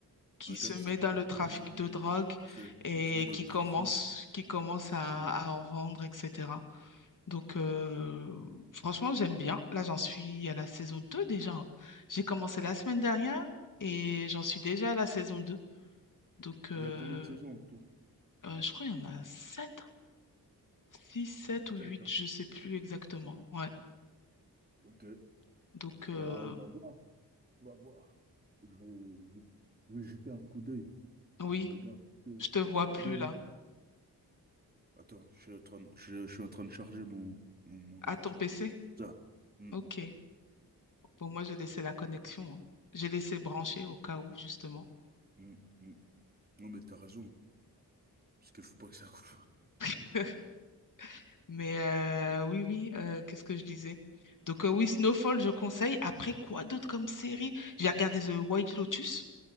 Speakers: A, on the left (about 55°); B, on the right (about 25°).
A: Qui
B: Un
A: se
B: gars qui
A: met
B: s'appelle
A: dans le
B: Franklin,
A: trafic de drogue
B: qui se,
A: et
B: se met dans
A: qui
B: le trafic
A: commence, qui commence
B: et qui
A: à,
B: commence.
A: à en vendre, etc. Donc, euh, franchement, j'aime bien. Là, j'en suis à la saison 2 déjà. hein. J'ai commencé la semaine dernière et j'en suis déjà à la saison 2. Donc, euh,
B: Mais il y a combien de saisons en tout?
A: euh, je crois qu'il y en a 7, 6, 7 ou
B: Sept,
A: 8,
B: hein?
A: je ne sais plus exactement. Ouais.
B: Ok.
A: Donc, euh,
B: Bah, on va voir. On va voir. Je vais, je vais- je vais jeter un coup d'œil.
A: oui,
B: Faut que Je regarde. parce que,
A: Je te vois
B: bah,
A: plus
B: même.
A: là.
B: Attends, je suis en train de, je, je suis en train de charger mon, mon,
A: À
B: mon ordi.
A: ton PC?
B: Ça. Mm,
A: Ok. Bon, moi, j'ai laissé la connexion. hein. J'ai laissé brancher au cas où, justement.
B: mm, mm. Non, mais t'as raison. Parce qu'il faut pas que ça coupe. <laughs>
A: <laughs> Mais euh, oui, oui, euh, qu'est-ce que je disais? Donc, euh, oui, Snowfall, je conseille. Après, quoi d'autre comme série? J'ai regardé The White Lotus.